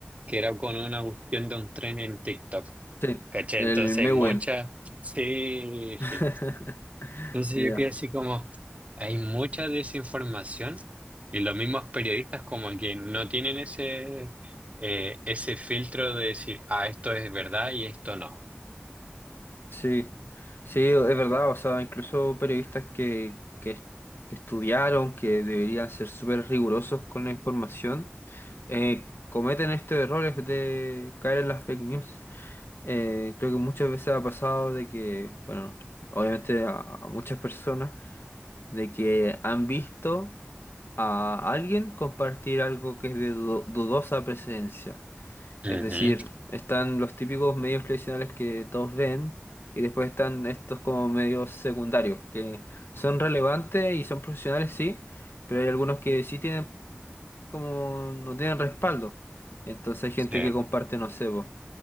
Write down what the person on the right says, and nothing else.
que era con una cuestión de un tren en TikTok.
¿Cachai?
Entonces
muchas... Sí, sí.
Entonces
yo quedé así como, hay mucha desinformación y los mismos periodistas como que no tienen ese, eh, ese filtro de decir, ah, esto es verdad y esto no.
Ujú,
sí.